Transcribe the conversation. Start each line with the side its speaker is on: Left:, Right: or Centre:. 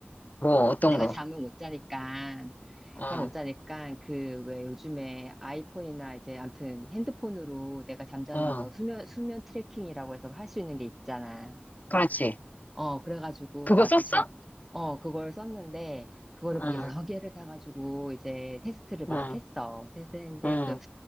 Left: 뭐, 어떤
Centre: 내가
Left: 거.
Centre: 잠을 못 자니까,
Left: 어,
Centre: 잠을 못 자니까, 그, 왜 요즘에 아이폰이나 이제 아무튼 핸드폰으로 내가 잠자는
Left: 어,
Centre: 거 수면, 수면 트래킹이라고 해서 할 수 있는 게 있잖아.
Left: 그렇지.
Centre: 어, 그래가지고
Left: 그거
Centre: 나도
Left: 썼어?
Centre: 자, 어, 그걸 썼는데, 그거를 막
Left: 응,
Centre: 여러 개를 사가지고 이제 테스트를 막
Left: 응,
Centre: 했어. 테스트했는데,
Left: 응.
Centre: 그래도